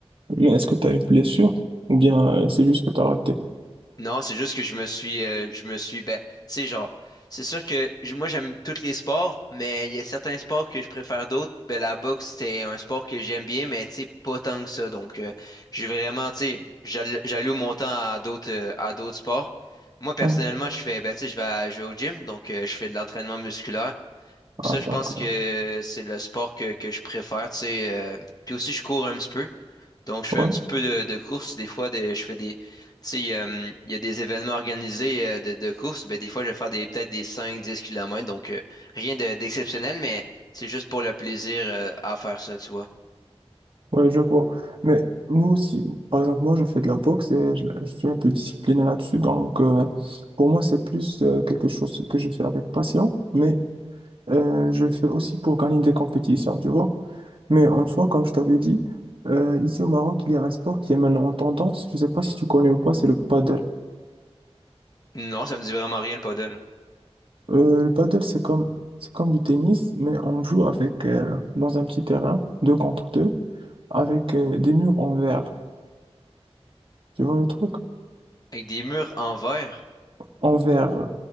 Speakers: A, on the right (about 55°); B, on the left (about 35°).
A: Mais est-ce que tu as une blessure ou bien euh, c'est juste que tu as raté?
B: Non, c'est juste que je me suis, euh, je me suis, ben, tu sais, genre, c'est sûr que j- moi j'aime tous les sports, mais il y a certains sports que je préfère d'autres. Ben, la boxe, c'est un sport que j'aime bien, mais tu sais, pas tant que ça. Donc, euh, j'ai vraiment, tu sais, j'all- j'alloue mon temps à d'autres, euh, à d'autres sports. Moi, personnellement,
A: Hein
B: je fais, ben, tu sais, je vais, à- je vais au gym, donc euh, je fais de l'entraînement musculaire.
A: Ah,
B: Puis ça, je
A: donc,
B: pense que
A: euh,
B: c'est le sport que, que je préfère, tu sais. euh, puis aussi, je cours un petit peu. Donc, je fais
A: ouais,
B: un petit peu de, de course. Des fois, de- je fais des. Tu sais, euh, il y a des événements organisés euh, de, de course. Ben, des fois, je vais faire des, peut-être des cinq dix kilomètres Donc, euh, rien de- d'exceptionnel, mais c'est juste pour le plaisir euh, à faire ça, tu vois.
A: ouais, je vois. Mais nous aussi, par exemple, moi, je fais de la boxe et je, je suis un peu discipliné là-dessus. Donc, euh, pour moi, c'est plus euh, quelque chose que je fais avec passion, mais Euh, je le fais aussi pour gagner des compétitions, tu vois. Mais en soi, comme je t'avais dit, euh, ici au Maroc, il y a un sport qui est maintenant en tendance. Je ne sais pas si tu connais ou pas, c'est le paddle.
B: Non, ça me dit vraiment rien le paddle.
A: Euh, le paddle, c'est comme, c'est comme du tennis, mais on joue avec, euh, dans un petit terrain, deux contre deux, avec euh, des murs en verre. Tu vois le truc?
B: Avec des murs en verre.
A: En verre,